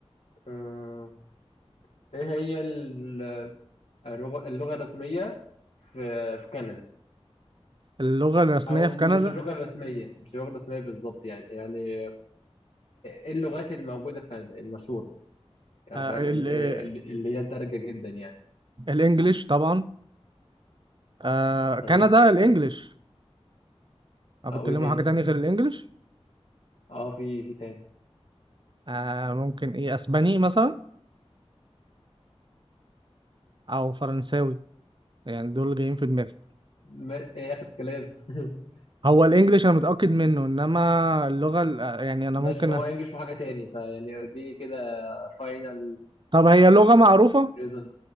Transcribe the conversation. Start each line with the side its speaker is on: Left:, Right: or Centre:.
Left: آه، إيه هي ال- اللغة اللغة الرسمية في في كندا؟
Right: اللغة الرسمية
Left: أو
Right: في
Left: مش
Right: كندا
Left: اللغة الرسمية مش اللغة الرسمية بالظبط يعني يعني إيه إيه اللغات اللي موجودة في كندا المشهورة يعني
Right: آه،
Left: فاهم
Right: ال-
Left: ال- ال-
Right: آه،
Left: اللي هي الدارجة جدا يعني
Right: الانجليش طبعا آه
Left: طيب
Right: كندا الانجليش او
Left: اه
Right: بيتكلموا
Left: وايه تاني
Right: حاجه تانية غير الانجليش
Left: اه في في تاني
Right: آه ممكن ايه اسباني مثلا او فرنساوي يعني دول اللي جايين في دماغي
Left: ما ايه اخر كلام <laughs>
Right: هو الانجليش انا متاكد منه انما اللغه ال- آه، يعني انا
Left: مش
Right: ممكن
Left: ما
Right: أ...
Left: هو ينجش في حاجة تاني فيعني اديني كده فاينل
Right: طب هي لغه معروفه
Left: ريزلت